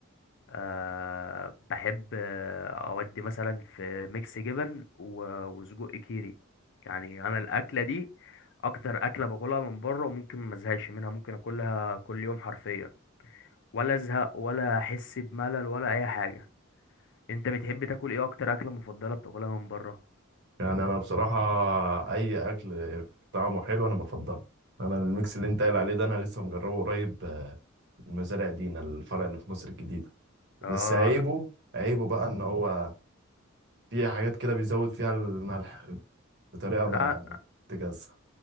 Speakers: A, on the left (about 60°); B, on the right (about 55°).
A: أه بحب آه، اودي مثلا في ميكس جبن و- وسجق كيري يعني انا الاكله دي اكتر اكله باكلها من بره وممكن ما ازهقش منها ممكن اكلها كل يوم حرفيا ولا ازهق ولا احس بملل ولا اي حاجه انت بتحب تاكل ايه اكتر اكله مفضله بتاكلها من بره
B: يعني انا بصراحه اي اكل طعمه حلو انا بفضله انا الميكس اللي انت قايل عليه ده انا لسه مجربه قريب آه، من مزارع دينا الفرع اللي في مصر الجديده
A: اه
B: بس عيبه عيبه بقى ان هو في حاجات كده بيزود فيها الملح بطريقه
A: لا
B: ما تجزع